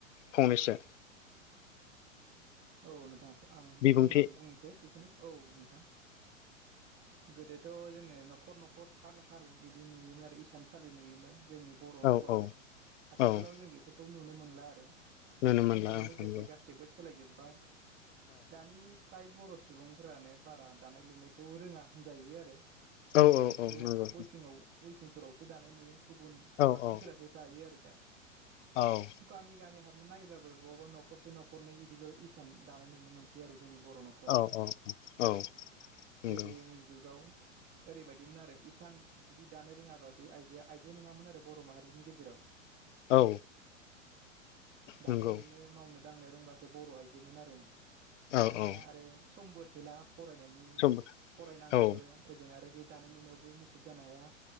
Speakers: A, on the left (about 65°); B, on the right (about 25°).
A: फंनैसो
B: औ नोंथां आं
A: बिबुंथि
B: फंनैसो बुंनोसै बेखौनो औ नोंथां। गोदोथ' जोङो न'खर न'खर थार हाल बिदि नुयोमोन। आरो इसान सलि नुयोमोन। जोंनि बर' न'खराव
A: औ औ
B: आथिखालाव
A: औ
B: जों बेफोरखौ नुनो मोनला आरो।
A: नुनो
B: समजों
A: मोनला औ
B: लोगोसे
A: नंगौ
B: गासिबो सोलायजोब्बाय। दानि फ्राय बर' सुबुंफोरानो बारा दानाय लुनायखौ रोङा होनजायो आरो।
A: औ
B: जों
A: औ
B: बेफोरखौ
A: औ नंगौ
B: अइभिंआव उफिंफोरावसो दानाय नुयो। गुबुन
A: औ
B: माहारिफोरासो
A: औ
B: दायो आरो दा।
A: औ!
B: गामि गामि हाबनो नायबाबो बहाबा न'खरसे न'खरनै इदिल' इसान दानाय नुनो मोनसै आरो जोंनि बर' न'आव। न'खराव
A: औ औ औ नंगौ
B: गोदोनि जुगाव ओरैबायदिमोन आरो इसान जुदि दानो रोङाबा बे आइजोआ आइजो नङामोन आरो बर' माहारिनि गेजेराव।
A: औ
B: दानो
A: नंगौ
B: लुनो मावनो दांनो रोंबासो बर' आइजो मोन आरो
A: औ
B: दानिया
A: औ
B: आरो समबो थोला । फरायनायनि
A: सम
B: फरायनांगौबो
A: औ
B: ओजों आरो बे दानाय लुनायावबो मुखुब जानो हाया।